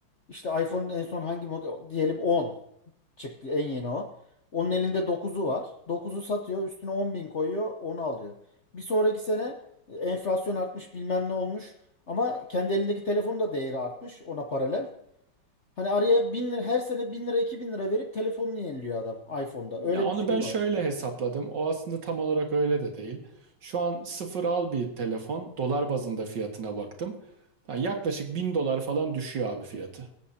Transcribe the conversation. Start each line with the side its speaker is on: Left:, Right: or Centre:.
Left: İşte iPhone'un en son hangi model diyelim 10 çıktı en yeni o. Onun elinde dokuzu var. dokuzu satıyor üstüne 10 bin koyuyor onu alıyor. Bir sonraki sene e, enflasyon artmış bilmem ne olmuş. Ama kendi elindeki telefonun da değeri artmış ona paralel. Hani araya bin lira, her sene bin lira 2000 lira verip telefonunu yeniliyor adam iPhone'da. Öyle
Right: Ya onu
Left: bir şey
Right: ben
Left: var.
Right: şöyle hesapladım. O aslında tam olarak öyle de değil. Şu an sıfır al bir telefon. Dolar bazında fiyatına baktım. Yani yaklaşık 1000 dolar falan düşüyor abi fiyatı